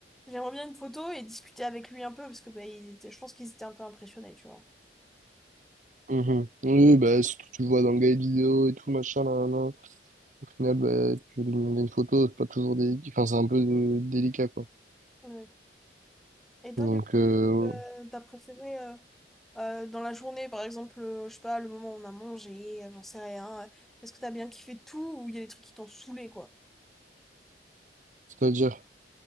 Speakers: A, in the centre; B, on the right.
A: j'aimerais bien une photo et discuter avec lui un peu parce que bah, ils étaient... je pense qu'ils étaient un peu impressionnés, tu vois.
B: Mhm. Oui, bah, surtout, tu le vois dans le guide vidéo et tout, machin, là, là. Au final, bah, tu veux lui demander une photo, c'est pas toujours délicat. Enfin, c'est un peu euh, délicat, quoi.
A: Ouais. Et toi,
B: Donc,
A: du coup,
B: euh,
A: euh, t'as préféré euh, euh, dans la journée, par exemple, euh, je sais pas, le moment où on a mangé, euh, j'en sais rien. euh, Est-ce que t'as bien kiffé tout ou il y a des trucs qui t'ont saoulé, quoi?
B: c'est-à-dire,